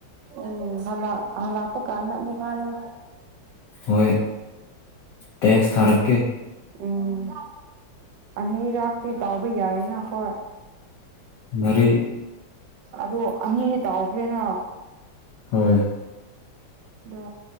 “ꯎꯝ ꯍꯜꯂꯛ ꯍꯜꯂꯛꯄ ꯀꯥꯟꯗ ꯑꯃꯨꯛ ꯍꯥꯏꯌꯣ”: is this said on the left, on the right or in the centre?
Right